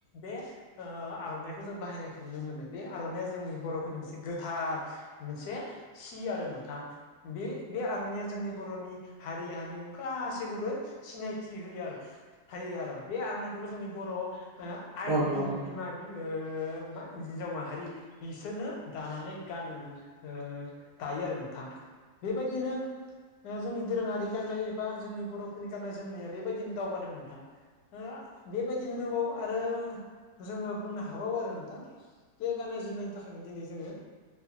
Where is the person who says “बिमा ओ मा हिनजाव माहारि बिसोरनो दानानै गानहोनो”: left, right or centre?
Left